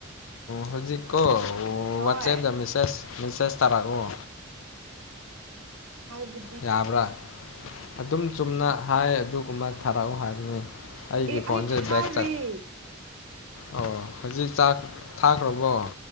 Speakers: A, on the left (about 70°); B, on the right (about 75°).
A: ꯍꯧꯖꯤꯛꯀꯣ
B: ꯍꯣꯏ
A: ꯋꯥꯆꯦꯞꯇ ꯃꯦꯁꯦꯁ ꯃꯦꯁꯦꯁ ꯊꯥꯔꯛꯑꯣ
B: ꯍꯥꯏꯕ
A: ꯌꯥꯕ꯭ꯔꯥ ꯑꯗꯨꯝ ꯆꯨꯝꯅ ꯍꯥꯏ ꯑꯗꯨꯒꯨꯝꯕ ꯊꯥꯔꯛꯎ ꯍꯥꯏꯕꯅꯦ ꯑꯩꯒꯤ
B: ꯑꯦ
A: ꯐꯣꯟꯁꯦ
B: ꯑꯩ ꯊꯥꯔꯦ
A: ꯕꯦꯛ ꯆꯠ ꯑꯣ ꯍꯧꯖꯤꯛ ꯊꯥꯈ꯭ꯔꯕꯣ